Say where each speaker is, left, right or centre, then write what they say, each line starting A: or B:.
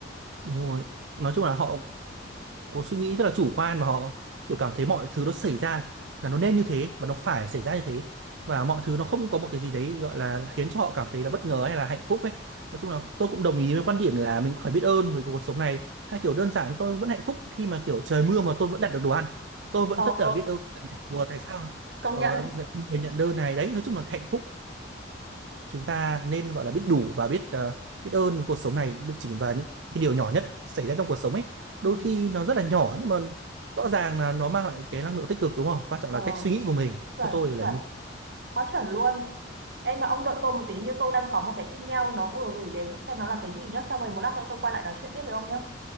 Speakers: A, on the right; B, on the right.
A: đúng rồi nói chung là họ có suy nghĩ rất là chủ quan mà họ kiểu cảm thấy mọi thứ nó xảy ra là nó nên như thế và nó phải xảy ra như thế và mọi thứ nó không có một cái gì đấy gọi là khiến cho họ cảm thấy là bất ngờ hay là hạnh phúc ấy nói chung là tôi cũng đồng ý với quan điểm là mình phải biết ơn với cuộc sống này hay kiểu đơn giản tôi vẫn hạnh phúc khi mà kiểu trời mưa mà tôi vẫn đặt được đồ ăn tôi vẫn
B: ờ
A: rất
B: <laughs>
A: là biết ơn tại- Ủa tại sao
B: công
A: ờ,
B: nhận
A: lại không người nhận đơn này đấy nói chung là hạnh phúc chúng ta nên gọi là biết đủ và biết ờ, biết ơn với cuộc sống này được chỉ vào những cái điều nhỏ nhất xảy ra trong cuộc sống ấy đôi
B: ừ.
A: khi nó rất là nhỏ nhưng mà rõ ràng là nó mang lại cái năng lượng tích cực đúng không quan trọng
B: ờ
A: là cách suy nghĩ của mình
B: chuẩn
A: theo tôi thì là
B: chuẩn
A: như
B: quá chuẩn luôn em mà ông đợi tôi một tí như tôi đang có một cái email nó vừa gửi đến xem nó là cái gì nhá xong rồi một lát nữa tôi quay lại nói chuyện tiếp với ông nhá